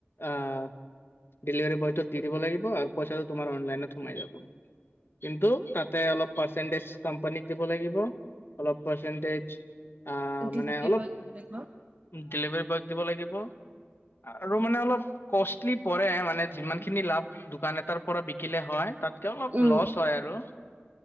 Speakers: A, on the left (about 60°); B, on the right (about 40°).
A: আহ। ডেলিভাৰী বয়তো দি দিব লাগিব। আৰু পইচাটো তোমাৰ অনলাইনত। সোমাই যাব। কিন্তু তাতে অলপ পৰসন্তনেচ। দোকানীক দিব লাগিব অলপ পৰসন্তেঞ্চ। অ
B: ডেলিভাৰী
A: মানে অলপ
B: বয়ক দিব লাগিব।
A: ডেলিভাৰী বয়ক দিব লাগিব। আৰু মানে অলপ কষ্টলি পৰে মানে যিমান খিনি লাভ দোকান এটাৰ পৰা বিকিলে হয়। তেতিয়া অলপ
B: উম।
A: লচ হয় আৰু।